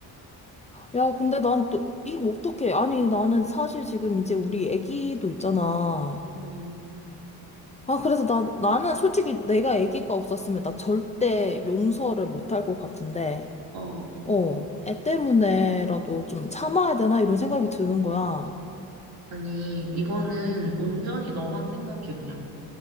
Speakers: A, on the left; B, on the right.
A: 야, 근데 난 또, 이거 어떡해. 아니, 나는 사실 지금 이제 우리 애기도 있잖아.
B: 어,
A: 아, 그래서 난, 나는 솔직히 내가 애기가 없었으면 나 절대 용서를 못 할 것 같은데,
B: 어.
A: 어, 애 때문에라도 좀 참아야 되나? 이런 생각이 드는 거야.
B: 아니, 이거는
A: 음.
B: 온전히 너만 생각해, 그냥.